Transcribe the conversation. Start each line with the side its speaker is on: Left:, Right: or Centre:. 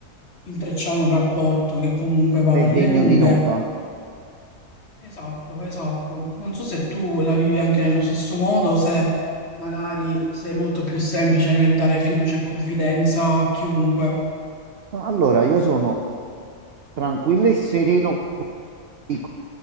Left: intrecciare un rapporto che comunque va
Right: sei
Left: per
Right: degno
Left: le lunghe
Right: di nota.
Left: Esatto, esatto. Non so se tu la vivi anche nello stesso modo, se magari sei molto più semplice nel dare fiducia e confidenza a chiunque.
Right: Allora, io sono tranquillo e sereno di